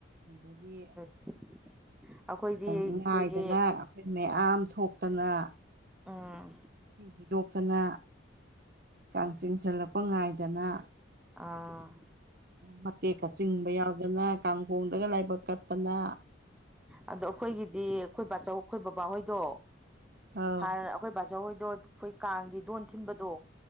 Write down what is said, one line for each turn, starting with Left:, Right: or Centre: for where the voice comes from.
Right: ꯑꯗꯒꯤ
Centre: <inaudible> ꯑꯩꯈꯣꯏꯗꯤ
Right: ꯅꯨꯡꯉꯥꯏꯗꯅ
Centre: ꯑꯩꯈꯣꯏꯒꯤ
Right: ꯑꯈꯣꯏ ꯃꯌꯥꯝ ꯊꯣꯛꯇꯅ
Centre: ꯎꯝ
Right: ꯏꯁꯤꯡ ꯍꯩꯗꯣꯛꯇꯅ ꯀꯥꯡꯥꯡ ꯆꯤꯡꯁꯤꯜꯂꯛꯄ ꯉꯥꯏꯗꯅ
Centre: ꯑꯥ
Right: ꯃꯇꯦꯛꯀ ꯆꯤꯡꯕ ꯌꯥꯎꯗꯅ ꯀꯥꯡꯒꯣꯡꯗꯒ ꯂꯥꯏꯕꯛ ꯀꯠꯇꯅ
Centre: ꯑꯗꯣ ꯑꯈꯣꯏꯒꯤꯗꯤ ꯑꯈꯣꯏ ꯕꯥꯆꯧ ꯑꯈꯣꯏ ꯕꯕꯥꯍꯣꯏꯗꯣ
Right: ꯑꯧ
Centre: ꯍꯔ ꯈꯣꯏ ꯕꯥꯖꯧꯍꯣꯏꯗꯣ ꯈꯣꯏ ꯀꯥꯡꯒꯤ ꯗꯣꯟ ꯊꯤꯟꯕꯗꯣ